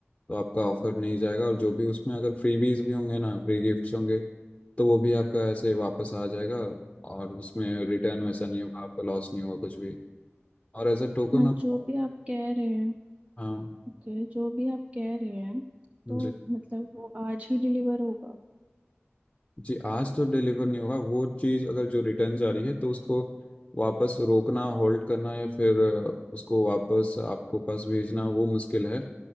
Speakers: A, on the left; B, on the right.
A: तो आपका ऑफर नहीं जाएगा और जो भी उसमें अगर फ्रीबीज भी होंगे ना फ्री गिफ्ट्स होंगे तो वो भी आपका ऐसे वापस आ जाएगा और उसमें रिटर्न वैसा नहीं होगा आपका लॉस नहीं होगा कुछ भी और एज अ टोकन
B: हाँ
A: ऑफ
B: जो भी आप कह रहे हैं
A: हाँ
B: ओके जो भी आप कह रहे हैं तो
A: जी
B: मतलब वो आज ही डिलीवर होगा
A: जी आज तो डिलीवर नहीं होगा वो चीज़ अगर जो रिटर्न जा रही है तो उसको वापस रोकना होल्ड करना या फिर अ, उसको वापस आपको पास भेजना वो मुश्किल है